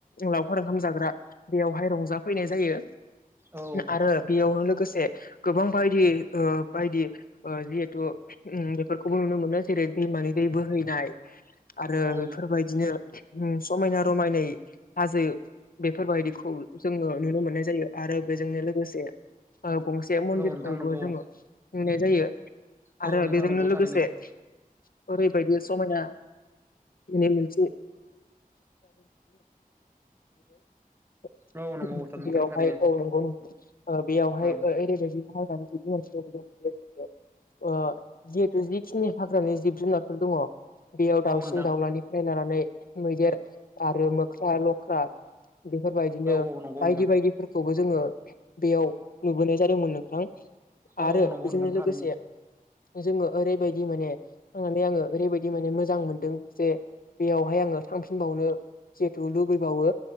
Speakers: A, on the left; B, on the right.
A: लावखार ओंखाम जाग्रा बेयावहाय रंजाफैनाय जायो।
B: औ
A: आरो बेयावनो लोगोसे गोबां बायदि ओ बायदि ओ जिहेथु ओम बेफोरखौबो नुनो मोनो जेरै दै मानि दै बोहैनाय आरो
B: औ
A: बेफोरबायदिनो समायना रमायनायै हाजो बेफोरबायदिखौ जोङो नुनो मोनो मोननाय जायो आरो बेजोंनो लोगोसे गंसे मन्दिरखौबो
B: नोंथां नंगौ
A: जोङो नुनाय जायो।
B: औ
A: आरो
B: नोंथां
A: बेजोंनो
B: नंगौ
A: लोगोसे
B: थारैनो
A: ओरैबायदि समायना बिनो मोनसे <unintelligible>
B: औ नंगौ नोंथां
A: बेयावहाय
B: थारैनो
A: औ नंगौ नोंथां बेयावहाय
B: औ
A: ओरैबायदि <unintelligible> ओ जिहेथु जि खिनि हाग्रानि जिब जुनारफोर दङ बेयाव दाउसिन
B: औ नोंथां
A: दावलानिफ्राय लानानै मैदेर आरो मोख्रा लख्रा बेफोरबायदिनो
B: औ औ नंगौ
A: बायदि
B: नोंथां
A: बायदिफोर खौबो जोङो बेयाव नुबोनाय जादोंमोन नोंथां
B: औ
A: आरो
B: नंगौ
A: बेजोंनो
B: नोंथां
A: लोगोसे
B: थारैनो
A: जोङो ओरैबायदि माने थांनानै आङो ओरैबायदि माने मोजां मोनदों जे बेयावहाय आङो थांफिनबावनो जिहेथु लुबैबावो।